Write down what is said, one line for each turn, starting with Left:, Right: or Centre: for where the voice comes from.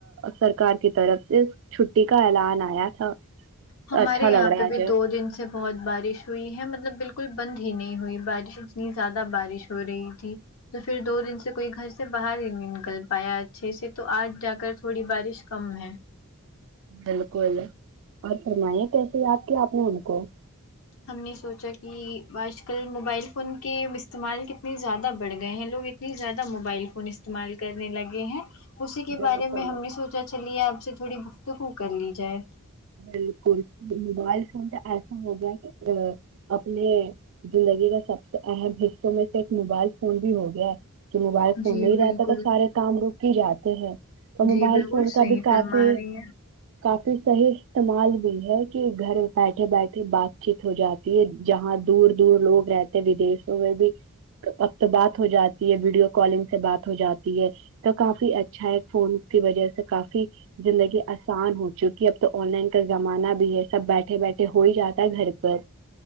Right: سرکار کی طرف سے چھٹی کا اعلان آیا تھا
Left: ہمارے
Right: تو اچھا
Left: یہاں
Right: لگ رہا
Left: پہ
Right: ہے
Left: بھی
Right: اجے
Left: دو دن اس سے بہت بارش ہوئی ہے مطلب بالکل بند ہی نہیں ہوئی بارش اتنی زیادہ بارش ہو رہی تھی تو پھر دو دن سے کوئی گھر سے باہر ہی نہیں نکل پایا اچھے سے تو آج جا کر تھوڑی بارش کم ہے
Right: بالکل اور فرمائیے کیسے یاد کیا آپ نے ان کو
Left: ہم نے سوچا کہ آج کل موبائل فون کے استعمال کتنے زیادہ بڑھ گئے ہیں لوگ اتنے زیادہ موبائل فون استعمال کرنے لگے ہیں اسی کے
Right: بالکل
Left: بارے میں ہم نے سوچا چلی ہے آپ سے تھوڑی گفتگو کر لی جائے
Right: بالکل موبائل فون تو ایسا ہوگیا کہ ا اپنے زندگی کا سب سے اہم حصوں میں سے ایک موبائل فون بھی ہو گیا ہے ج موبائل فون
Left: جی
Right: نہیں رہتا
Left: بالکل
Right: تو سارے کام رک کے جاتے ہیں اور موبائل
Left: جی بالکل
Right: فون کا
Left: صحیح
Right: بھی
Left: فرما
Right: کافی
Left: رہی ہیں
Right: کافی صحیح استعمال بھی ہے کہ گھر بیٹھے بیٹھے بات چیت ہو جاتی ہے جہاں دور دور لوگ رہتے ودیشوں میں بھی وقت بات ہو جاتی ہے ویڈیو کالنگ سے بات ہو جاتی ہے تو کافی اچھا ہے فون کی وجہ سے کافی زندگی آسان ہو چکی ہے اب تو آن لائن کا زمانہ بھی ہے سب بیٹھے بیٹھے ہو ہی جاتا ہے گھر پر